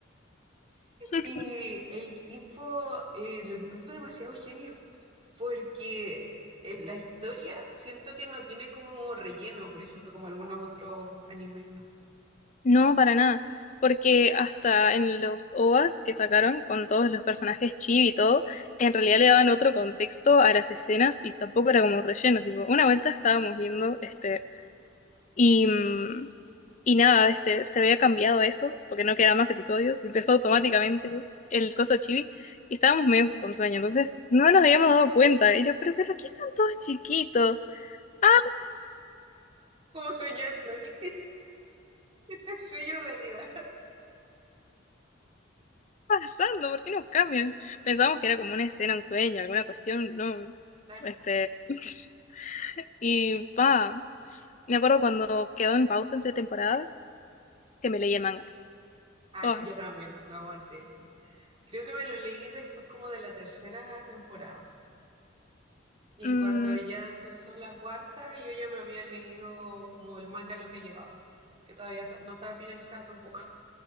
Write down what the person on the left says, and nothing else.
<laughs>
No, para nada. Porque hasta en los OVAs que sacaron con todos los personajes chibi y todo, en realidad le daban otro contexto a las escenas y tampoco era como relleno. Tipo, una vuelta estábamos viendo este. Y, mm, y nada, este, se había cambiado eso porque no quedaban más episodios. y Empezó automáticamente
el coso chibi y estábamos medio con sueño. Entonces no nos habíamos dado cuenta. Era, pero, pero, ¿qué están todos chiquitos? Ah,
pasando? ¿Por qué no cambian? Pensábamos que era como una escena, un sueño, alguna cuestión, no.
Este. <laughs> Y pa, me acuerdo cuando quedó en pausa entre temporadas que me
leí el manga.
Oh,
mm,